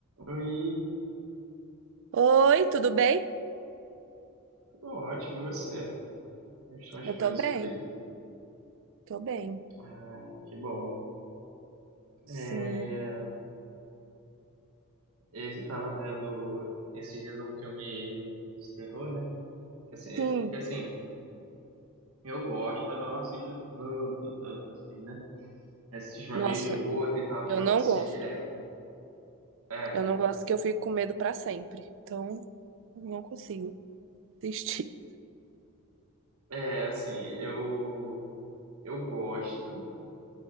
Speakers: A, on the right (about 75°); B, on the right (about 60°).
A: Oi,
B: Oi, tudo bem?
A: tudo ótimo, e você? Como estão as
B: Eu
A: coisas
B: tô bem,
A: por aí?
B: tô bem.
A: Ah, que bom. É,
B: Sim,
A: eu tava vendo esses dias um filme de terror, né? Assim, é-
B: Sim,
A: que assim, eu gosto, mas eu não assisto tanto, tanto assim, né? Eu assisto
B: nossa,
A: uma vez e outra e tal, eu não
B: eu
A: gosto
B: não
A: de assistir
B: gosto.
A: direto. É,
B: Eu não gosto que eu fico com medo pra sempre. Então, eu não consigo assistir.
A: é assim, eu, eu gosto,